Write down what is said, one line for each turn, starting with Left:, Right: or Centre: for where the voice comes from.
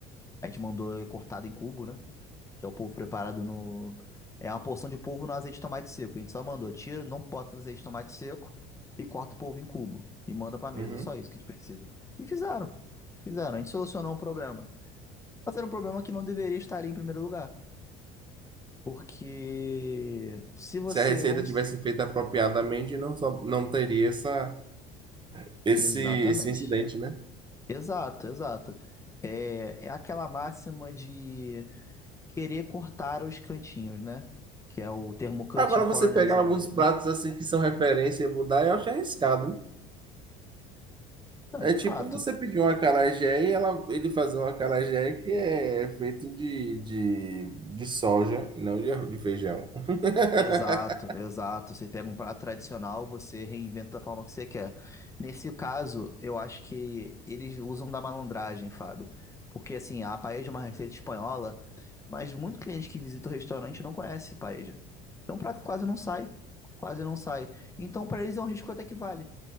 Left: a gente mandou cortado em cubo, né? Que é o polvo preparado no. É uma porção de polvo no azeite de tomate seco. A gente só mandou, tira, não bota azeite de tomate seco e corta o polvo em cubo e manda pra mesa.
Right: Uhum.
Left: É só isso que a gente precisa. E fizeram. Fizeram. A gente solucionou um problema. Mas era um problema que não deveria estar ali em primeiro lugar. Porque se você.
Right: Se a receita
Left: Vamos.
Right: tivesse feita apropriadamente, não, só, não teria essa, esse,
Left: Exatamente.
Right: esse incidente, né?
Left: Exato, exato. É, é aquela máxima de querer cortar os cantinhos, né? Que é o termo cutting
Right: Agora,
Left: corners
Right: você pegar
Left: em
Right: alguns
Left: inglês, né?
Right: pratos assim que são referência e mudar, eu acho arriscado.
Left: Não,
Right: É
Left: de
Right: tipo
Left: fato.
Right: você pedir uma acarajé e ela, ele fazer um acarajé que é feito de, de, de soja, e não de, arroz- de feijão. <laughs>
Left: Exato, exato. Você pega um prato tradicional, você reinventa da forma que você quer. Nesse caso, eu acho que eles usam da malandragem, Fábio. Porque assim, a paella é uma receita espanhola, mas muito cliente que visita o restaurante não conhece paella. É um prato que quase não sai, quase não sai. Então, para eles é um risco até que vale.